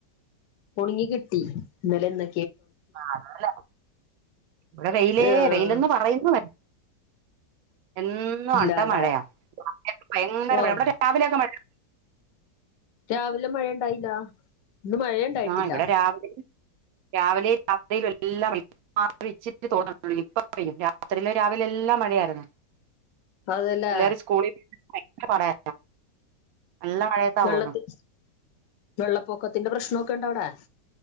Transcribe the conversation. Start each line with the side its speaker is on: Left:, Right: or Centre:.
Left: ഒണങ്ങി കിട്ട് ട്ടീ ഇന്നലെ ഇന്ന
Right: ആണല്ലെ ഇവ്ട വെയിലേ
Left: ആഹ്
Right: വെയ്ലന്ന് പറയുന്നതേ എന്നും
Left: ഇല്ലാല്ലേ
Right: അണ്ട മഴയാ ഭയങ്കര
Left: ഓഹ്
Right: മഴ അവിടറ്റെ രാവിലെയൊക്ക മഴ
Left: രാവിലെ മഴ ഉണ്ടായില്ല ഇന്ന് മഴയുണ്ടായിട്ടില്ല
Right: ആ ഇവിടെ രാവിലെ രാവിലെയും രാത്രിലും എല്ലാം മാത്രേ വച്ചിട്ട് തോന്നൂ ഇപ്പ പെയ്യും രാത്രിയിലോ രാവിലെ എല്ലാം മഴയായിരുന്നു
Left: അതല്ലേ
Right: പിള്ളേർ സ്കൂളി പറയ നല്ലാ മഴയത്താ
Left: വെള്ളത്തി
Right: പോന്ന്
Left: വെള്ളപ്പൊക്കത്തിന്റെ പ്രശ്നൊക്കെ ഇണ്ട അവിടെ